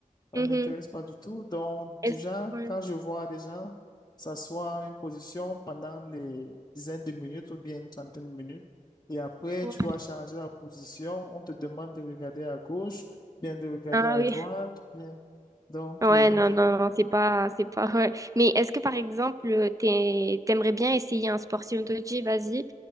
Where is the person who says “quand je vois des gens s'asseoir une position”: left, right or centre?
Left